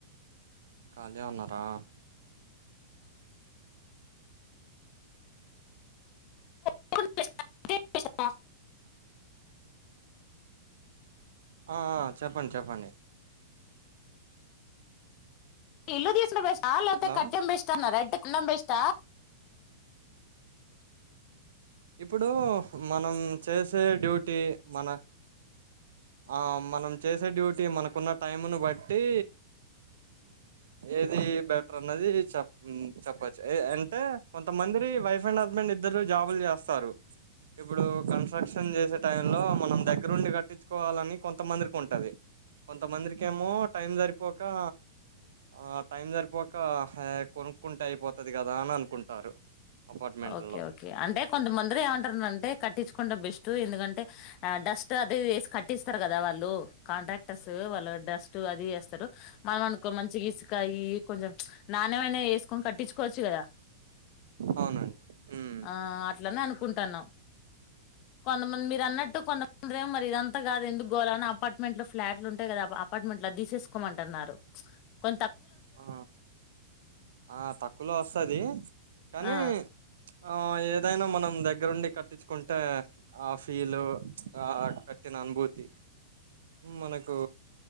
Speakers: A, on the right; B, on the left.
A: ఖాళజే ఉన్నారా
B: కొనుక్కుంటే ఆ? అంటే ఆ?
A: ఆ చెప్పండి చెప్పండి
B: ఇల్ తీసు లో బస్ కాల్ అయితే
A: హలో
B: కట్టెం బెస్ట్ అనా రెడ్ కన్నాం బెస్ా
A: ఇప్పుడు మనం చేసే డ్యూటీ మన ఆ మనం చేసే డ్యూటీ మనకున్న టైంను బట్టి ఏది బెటర్ అన్నది చె చెప్పచ్చు అంటే కొంతమంది వైఫ్ అండ్ హస్బెండ్ ఇద్దరులు జాబులు చేస్తారు ఇప్పుడు కన్స్ట్రక్షన్ చేసే టై లో మనం దగ్గరుండి కట్టి తెచ్చుకోవాలని కొంతమందికి ఉంటది కొంతమందికిేమో టైం సరిపో ఇకా ఆ టైం సరిపోక కొనుక్కుంటే అయిపోతుది కదా అని అనుకుంటారు అపార్ట్మెంట్లో
B: ఓకే ఓకే అంటే కొంతమందిర ఏమంటారుంటే కట్టించుకుంంటడా బెస్ట్ ఎందుకంటే ఆ డస్ట్ అది కట్టిస్తారు కదా వాళ్ళు కాంట్రాక్టర్స్ వాళ్ళు డస్ట్ అది వేస్తారు మనం అనకో మంచి ఇసుక కొంచెం నాణ్యమైన వేసుకొని కట్టించుకోవచ్చు కదా
A: అవునండి ఉమ్
B: ఆ అట్లనే అనుకుంటాన్నాం కొంతమంది మీరు అన్నట్టు కొంత అందరే మరి ఇదంతా కాదు ఎందుకు గోలా అ అపార్ట్మెంట్ లో ఫ్లాట్లు ఉంటాయి కదా అపార్ట్మెంట్ లో తీసేసుకోమంటన్నారు కొ
A: ఆ ఆ తక్కువలో వస్తది కానీ
B: ఆ
A: ఆ ఏదైనా మనం దగ్గరుండి కటిచ్చుకుటే ఆ ఫీలు ఆ కట్టిన అనుభూతి మనకు